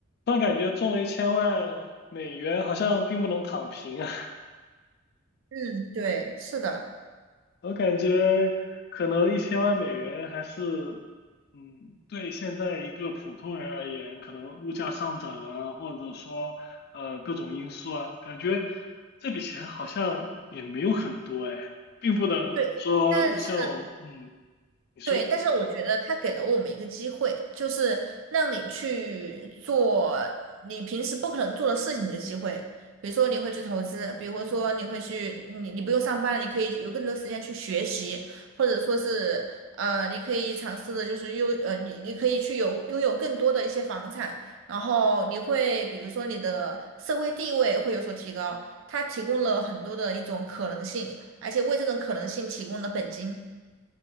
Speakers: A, on the left; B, on the right.
A: 突然感觉中了一千万美元好像并不能躺平啊，
B: 嗯，对，是的。
A: <laughs> 我感觉可能一千万美元还是。嗯，对现在一个普通人而言，可能物价上涨啊，或者说呃各种因素啊，感觉这笔钱好像也没有很多哎，并不能说像我嗯，
B: 对。但是。
A: 你说。
B: 对，但是我觉得他给了我们一个机会，就是让你去做你平时不可能做的事情的机会。比如说你会去投资，比如说你会去，你你不用上班了，你可以有更多时间去学习，或者说是呃，你可以尝试的就是拥呃，你你可以去有拥有更多的一些房产，然后你会比如说你的社会地位会有所提高，它提供了很多的一种可能性，而且为这种可能性提供了本金。